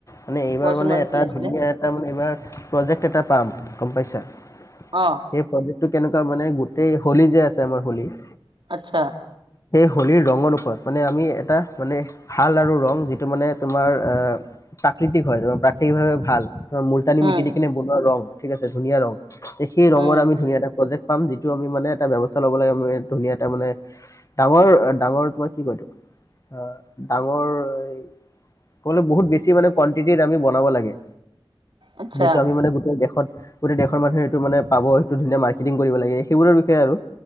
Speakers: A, on the left (about 35°); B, on the right (about 60°).
A: মানে এইবাৰ
B: কোৱাচোন
A: মানে
B: বাৰু
A: এটা
B: কি আছিলে?
A: ধুনীয়া এটা মানে এইবাৰ প্ৰজেক্ট এটা পাম গম পাইছা- সেই
B: অ
A: প্ৰজেক্ট টো কেনেকুৱা মানে গোটেই হোলী যে আছে আমাৰ হোলী -
B: আচ্ছা
A: সেই হোলীৰ ৰঙৰ ওপৰত মানে আমি এটা- মানে ভাল আৰু ৰং যিটো মানে তোমাৰ আহ প্ৰাকৃতিক হয় তোমাৰ প্ৰাকৃতিকভাৱে ভাল- ধ, মূলতানী
B: উম
A: মিটি দি কিনে বনোৱা ৰং, ঠিক আছে, ধুনীয়া ৰং। তে, সেই ৰঙৰ,
B: উম
A: আমি ধুনীয়া এটা প্ৰজেক্ট পাম, যিটো আমি, মানে, এটা ব্যৱস্থা ল'বলৈ, আমি ধুনীয়া এটা, মানে, ডাঙৰ ডাঙৰ তোমাৰ কৰি তোক আ', আগৰ এই ক'লে, বহুত বেছি মানে কোৱান্টিটি আমি বনাব লাগে,
B: আচ্ছা
A: যিটো আমি মানে গোটেই দেশত গোটেই দেশৰ মানুহে সেইটো, মানে, পাব। সেইটো ধুনীয়া মাৰ্কেটিং কৰিব লাগে। সেইবোৰৰ বিষয়ে, আৰু